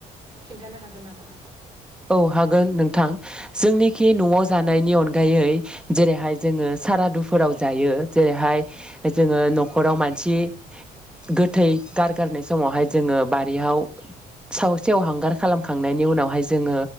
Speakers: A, on the right; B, in the centre.
A: खिन्थानो हागोन नामा?
B: औ हागोन नोंथां जोंनिखि न'आव जानायनि अनगायै जेरैहाय जोङो सारादुफोराव जायो जेरैहाय जोङो न'खराव मानसि गोथै गारगारनाय समावहाय जोङो बारिहाव सायाव सेवहांगार खालामखांनायनि उनावहाय जोङो